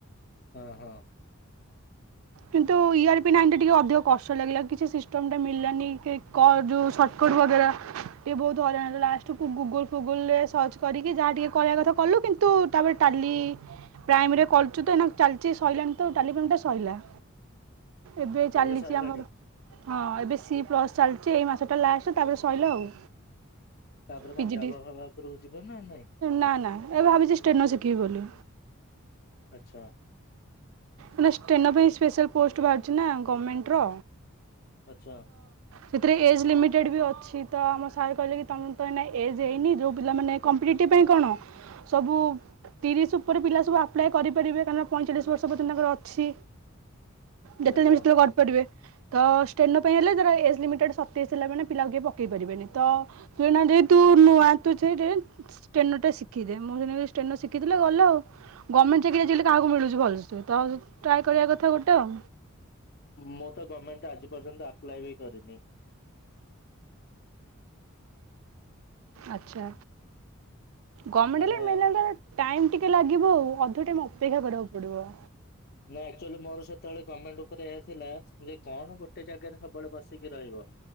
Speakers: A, on the left; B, on the right.
A: ହଁ ହଁ
B: କିନ୍ତୁ ଇର ପି ନାଇ ଟା ଟିକେ ଅଧିକ କଷ୍ଟ ଲାଗିଲା କିଛି ସିଷ୍ଟମ ଟା ମିଳିଲାନି କି କ ଯୋଉ ସଟକ ଟ ବଗେରା ଟେ ବହୁତ ହଇରାଣ ଲାଷ୍ଟକୁ ଗୁଗୁଲ ଫୁଗୁଲ ରେ ସର୍ଚ୍ଚ କରିକି ଯାହା ଟିକେଏ କରିବା କଥା କଲୁ କିନ୍ତୁ ତାପରେ ଟା ଲି ପ୍ରାଇମ ରେ କରୁଚୁ ତ ଏଇନା ଚାଲିଚି ସଇଲାଣିି ତ ଟାଲି ପ୍ରାଇମ ଟା ସଇଲା। ଏବେ
A: ଟାଲି
B: ଚାଲିଛି
A: ସରିଲାଣି?
B: ଆମର ହଁ ଏବେ ସି ପ୍ଲସ ଚାଲିଛି ଏଇ ମାସଟା ଲାଷ୍ଟ ତାପରେ ସଇଲା ଆଉ।
A: <inaudible> ତାପରେ
B: ପିଜିଡ଼ି
A: କଣ ଜାଭା ଭାବା ଉପରକୁ ଯିବ ନା ନାଇଁ
B: ନା ନା ଏବେ ଭାବିଛି ଷ୍ଟେନୋ ଶିଖିବି ବୋଲି
A: ଆଛା
B: ହେଲେ ଷ୍ଟେନ ପାଇଁ ସ୍ପେଶାଲ ପୋଷ୍ଟ ବାହାରୁଛି ନା ଗମେଣ୍ଟ ର
A: ଆଛା
B: ସେଥିରେ ଏଜ୍ ଲିମିଟେଡ୍ ବି ଅଛି ତ ଆମ ସାର୍ କହିଲେ କି ତମର ତ ଏଇନା ଏଜ୍ ହେଇନି ଯେଉଁ ପିଲାମାନେ କମ୍ପିଟେଟିଭ୍ କଣ ସବୁ ତିରିଶି ଉପରେ ପିଲା ସବୁ ଆପ୍ଲାଏ କରିପାରିବେ କାରଣ ପଇଁଚାଳିଶ ବର୍ଷ ପ ତାଙ୍କର ଅଛି ଯେତେବେଳେ
A: ଆଜ୍ଞା
B: ସେତେବେଳେ ବି କରିପାରିବେ ତ ଟେନ ପାଇଁ ହେଲେ ତାର ଏଜ ଲିମିଟେଡ୍ ସତେଇଶ ହେଲା ମାନେ ପିଲା କିଏ ପକେଇ ପାରିବେନି ତ ଏଇନା ଯେହେତୁ ନୂଆଁ ତୁ ସେଇଟି ଷ୍ଟେନଟା ଶିଖିଦେ ମୁଁ ସେ ଷ୍ଟେନୋ ଶିଖିଥିଲେ ଗଲା ଆଉ। ଗମେଣ୍ଟ ଚାକିରି ଆଜିକାଲି କହାକୁ ମିଳୁଛି ଭ ତ ଟ୍ରାଏ କରିବା କଥା ଗୋଟେ ଆ
A: ମୁଁ ତ ଗମେଣ୍ଟ ଆଜି ପର୍ଯ୍ୟନ୍ତ ଆପ୍ଲାୟେ ବି କରିନି
B: ଆଚ୍ଛା ଗମେଣ୍ଟ
A: ମାନେ
B: ହେଲେ ମେନ୍ ହେଲା ଟାଇମ୍ ଟିକେ ଲାଗିବ ଆଉ ଅଧିକ ଟାଇମ ଅପେକ୍ଷା କରିବାକୁ ପଡିବ।
A: ମୁଁ ଅକ୍ଚୁଆଲି ମୋ ଯେତେବେଳେ ଗମେଣ୍ଟ ଉପରେ ଏଜ ହେଲା ଯେ କଣ ଗୋଟେ ଜାଗାରେ ସବୁବେଳେ ବସିକି ରହିବ।